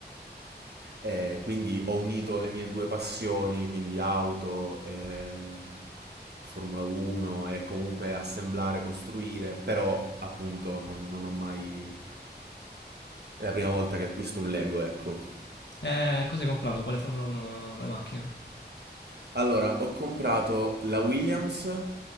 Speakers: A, on the right; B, on the left.
A: E quindi ho unito le mie due passioni, quindi auto e Formula 1 e comunque assemblare, costruire, però appunto non, non ho mai... È la prima volta che acquisto un Lego, ecco.
B: Eh, cosa hai comprato? Quale Formula 1, quale macchina?
A: Allora, ho comprato la Williams,